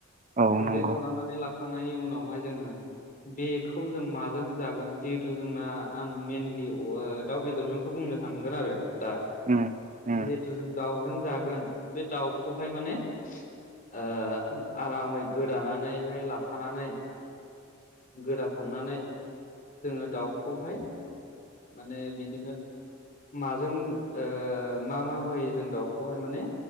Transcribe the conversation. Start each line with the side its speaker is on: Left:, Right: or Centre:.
Right: औ
Left: गुन्दै
Right: नंगौ
Left: खालामनानै लाखांनायनि उनावहाय जोङो बेखौ खौ जों माजों जागोन जिहेथु जोंना आं मेनलि अ ओ दाउ बेदरजोंखौ बुंनो थांगोन आरो। दा
Right: उम उम
Left: जिहेथु जों दाउजों जागोन बे दाउखौहाय माने ओ आरामै गोदानानैहाय लाखानानै गोदाखांनानै जोङो दाउखौहाय माने बिदिनो माजों ओ मा मा होयो जों दाउखौहाय माने